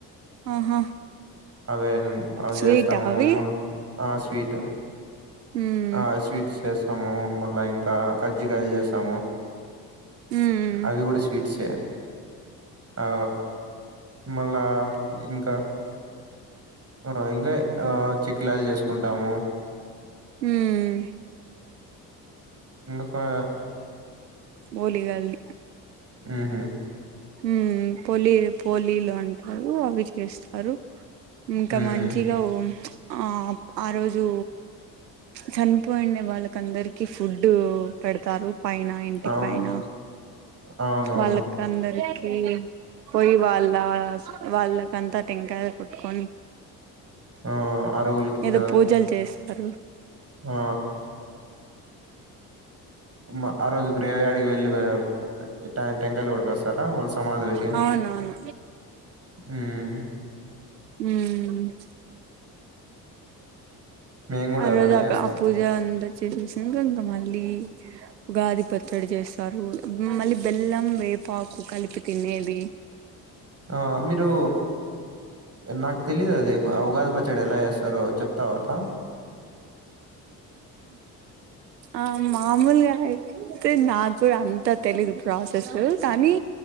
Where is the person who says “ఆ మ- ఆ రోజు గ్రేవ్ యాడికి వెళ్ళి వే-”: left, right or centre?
Right